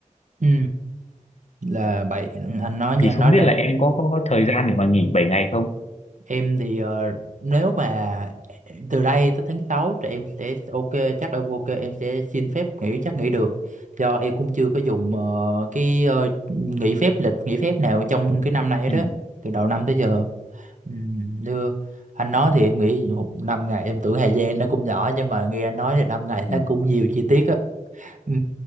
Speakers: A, on the right; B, on the left.
A: Ừ. Là vậy anh nói như
B: thì
A: anh
B: không
A: nói
B: biết
A: là
B: là em có có, có thời gian để mà nghỉ 7 ngày không
A: Em thì ờ, nếu mà từ đây tới tháng 6 thì em sẽ ok chắc em ok em sẽ xin phép nghỉ chắc nghỉ được do em cũng chưa có dùng ờ, cái ờ, nghỉ phép lịch nghỉ phép nào trong cái năm này
B: Ừ.
A: đó từ đầu năm tới giờ Ừm, như anh nói thì em nghĩ một năm ngày em tưởng thời gian nó cũng nhỏ nhưng mà nghe anh nói thì năm ngày
B: ừ.
A: thấy cũng nhiều chi tiết Ừ,